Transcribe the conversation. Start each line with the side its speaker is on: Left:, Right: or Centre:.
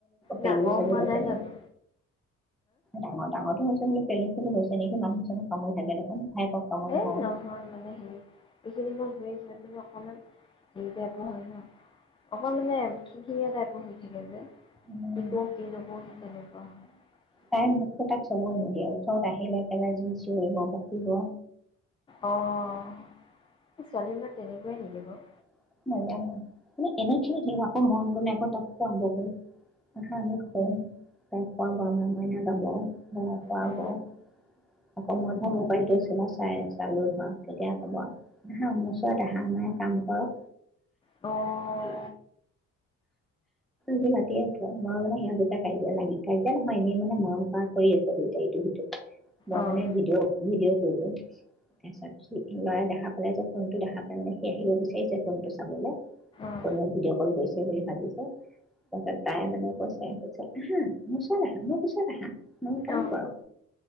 Centre: পেলু
Left: ডাঙৰ
Centre: চেলু
Left: হোৱা
Centre: হৈছে
Left: নাই জানো!
Centre: নেকি? ডাঙৰ ডাঙৰটো হৈছে পেলু চেলু হৈছে নেকি মানুহ সনুঃ কামোৰি থাকে দেখোন। কামুৰিব।
Left: এ নহয় মানে হেৰি এইখিনি মই ধৰি <unintelligible> অকণমান হেৰি টাইপৰ হয় নহয় অকণমানে খিংখিঙীয়া টাইপৰ হৈ থাকে যে।
Centre: উম,
Left: কি কৰোঁ কি নকৰোঁ সে তেনেকুৱা হয়
Centre: তাইৰ বস্তু তাক চুবৈ নিদিয়ে ওচৰত আহিলে একেবাৰে যি চিঞৰিব বকিব
Left: অ ছোৱালীবিলাক তেনেকুৱাই নেকি বাৰু?
Centre: <unintelligible> <unintelligible> মোবাইলটো
Left: অঁ অঁ
Centre: চা চাই চালো ধৰা, তেতিয়া কব, আহা মোৰ ওচৰত আহা কাম কৰক।
Left: অ',
Centre: জি ৰাতিয়ে আছ, মই মানে সিহঁত দুটা কাজিয়া লাগি-কাজিয়া নহয়, এনেই মানে মৰম কৰা কৰি আছে দুইটা ইটো সিটো। মই
Left: অঁ অঁ
Centre: মানে ভিডিঅ'-ভিডিঅ' কৰিলো, তাৰপাছত লৰাই দেখা পালে, যে ফোনটো দেখা পালাই মানে সি আহিব বিচাৰিছে ফোনটো চাবলে
Left: অঁ
Centre: কোনোবাই ভিডিঅ কল কৰিছে বুলি ভাবিছে, তাৰপাছত তাই মানে কৈছে কৈ আহা, মোৰ ওচৰত আহা মোৰ কোঁছত আহা মোৰ কাম
Left: অ
Centre: কৰক